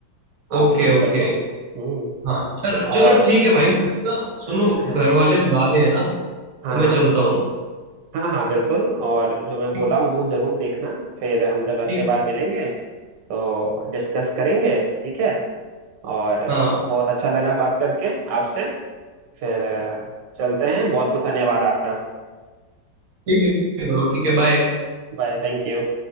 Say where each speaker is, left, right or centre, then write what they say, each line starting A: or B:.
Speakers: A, on the right; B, on the right.
A: आप
B: Okay
A: नोट
B: okay
A: कर लो हम्म
B: हाँ चलो चलो
A: और
B: ठीक है भाई ना सुनो
A: अ, है ना
B: घर वाले बुला रहे हैं ना तो
A: हाँ
B: मैं
A: हाँ
B: चलता हूँ
A: हाँ हाँ बिल्कुल और जो मैं बोला
B: ठीक
A: हूँ वो जरूर देखना फिर हम जब अगले
B: ठीक
A: बार मिलेंगे तो डिस्कस करेंगे ठीक है और अ,
B: हाँ
A: बहुत अच्छा लगा बात करके आपसे फिर अ, चलते हैं बहुत बहुत धन्यवाद आपका
B: ठीक है ब्रो ठीक है बाय
A: Bye thank you